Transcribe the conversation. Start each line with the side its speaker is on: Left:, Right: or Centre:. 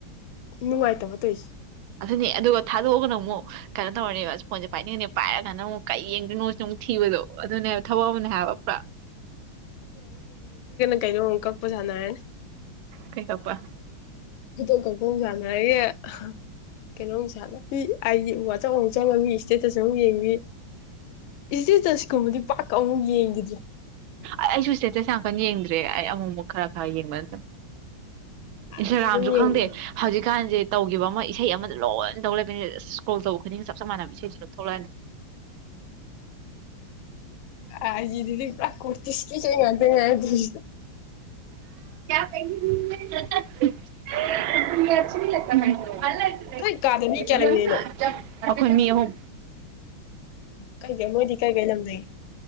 Left: ꯅꯨꯡꯉꯥꯏꯇꯕ ꯇꫭꯏꯁꯤ
Right: ꯑꯗꯨꯅꯦ ꯑꯗꯨꯒ ꯊꯥꯗꯣꯛꯑꯒꯅ ꯑꯃꯨꯛ ꯀꯩꯅꯣ ꯇꯧꯔꯅꯦꯕ ꯐꯣꯟꯁꯦ ꯄꯥꯏꯅꯤꯡꯉꯅꯦ ꯄꯥꯏꯔꯀꯥꯟꯗ ꯑꯃꯨꯛ ꯀꯩ ꯌꯦꯡꯗꯣꯏꯅꯣꯁꯤꯅ ꯑꯃꯨꯛ ꯊꯤꯕꯗꯣ ꯑꯗꯨꯅꯦꯕ ꯊꯕꯛ ꯑꯃꯅꯦ ꯍꯥꯏꯕ ꯄꯨꯔꯥ
Left: ꯀꯩꯅꫭ ꯑꯃꯨꯛ ꯀꯛꯄ ꯁꯥꯟꯅꯔꯅꯤ
Right: ꯐꯦꯡꯇꫭꯛꯄ
Left: ꯚꯤꯗꯣ ꯀꫭꯜꯗꯨ ꯌꯥꯝ ꯅꯨꯡꯉꯥꯏꯌꯦ ꯀꯩꯅꯣ ꯅꯨꯡꯁꯥꯠꯂ ꯑꯩꯗꯤ ꯋꯥꯠꯆꯞ ꯑꯃꯨꯛ ꯆꯪꯉꯒ ꯃꯤ ꯁꯇꯦꯇꯁ ꯑꯃꯨꯛ ꯌꯦꯡ ꯏꯁꯇꯦꯇꯁꯀꯨꯝꯕꯗꯤ ꯄꯥꯛ‌ ꯑꯃꯨꯛ ꯌꯦꯡꯒꯤꯗ꯭ꯔꯦ
Right: ꯑꯩꯁꯨ ꯏꯁꯇꯦꯇꯁ ꯌꯥꯝꯀꯟ ꯌꯦꯡꯗ꯭ꯔꯦ ꯑꯩ ꯑꯃꯨꯛ ꯑꯃꯨꯛ ꯈꯔ ꯈꯔ ꯌꯦꯡꯕ ꯅꯠꯇꯅ
Left: ꯍꯥꯟꯅꯗꯤ
Right: ꯏꯟꯁꯇꯥꯒ꯭ꯔꯥꯝꯁꯨ
Left: ꯑꯗꯨꯝ ꯌꯦꯡꯉꯝꯕꯅꯦ
Right: ꯈꯪꯗꯦ ꯍꯧꯖꯤꯛꯀꯥꯟꯁꯦ ꯇꯧꯈꯤꯕ ꯑꯃ ꯏꯁꯩ ꯑꯃꯗ ꯂꯣꯏꯅ ꯇꯧ ꯂꯩꯛꯕꯩꯅꯦ ꯑꯁ ꯏꯁꯀ꯭ꯔꯣꯜ ꯇꯧꯕ ꯈꯨꯗꯤꯡ ꯆꯞ ꯆꯞ ꯃꯥꯟꯅꯕ ꯏꯁꯩꯁꯨ ꯂꫭꯏ ꯊꯣꯛꯂꯛꯑꯅꯤ
Left: ꯑꯥꯏ ꯖꯤ ꯗꯗꯤ ꯄꯨꯔꯥ ꯀꯨꯔꯇꯤꯁꯀꯤ ꯏꯁꯩ ꯉꯥꯛꯇ ꯉꯥꯏꯗꫭꯏꯁꯤ
Right: <inaudible> <inaudible> ꯑꯩꯈꯣꯏ
Left: ꯅꯣꯏ ꯀꯥꯗ ꯃꯤ ꯀꯌꯥ ꯂꯩꯃꯤꯟꯅꯩꯅꯣ
Right: ꯃꯤ ꯑꯍꯨꯝ
Left: ꯀꯩ ꯀꯩ ꯃꯣꯏꯗꯤ ꯀꯩ ꯀꯩ ꯂꯝꯗꯒꯤ